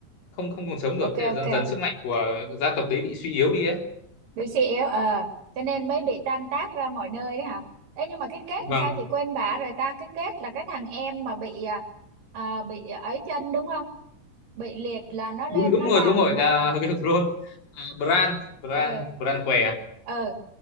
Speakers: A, on the left; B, on the right.
A: không không còn sống được
B: ok
A: thế là dần
B: ok.
A: dần sức mạnh của gia tộc đấy bị suy yếu đi ấy
B: BCL ờ cho nên mới bị tan tác ra mọi nơi đấy hả? Ê, nhưng mà cái kết làm
A: vâng
B: sao chị quên bả rồi ta? Cái kết là cái thằng em mà bị à, à, bị ấy chân đúng không? Bị liệt là nó lên
A: đúng đúng
B: nó
A: rồi
B: làm
A: đúng rồi à,
B: à,
A: <laughs> Ron à, Bran Bran
B: ờ
A: Bran què à?
B: ờ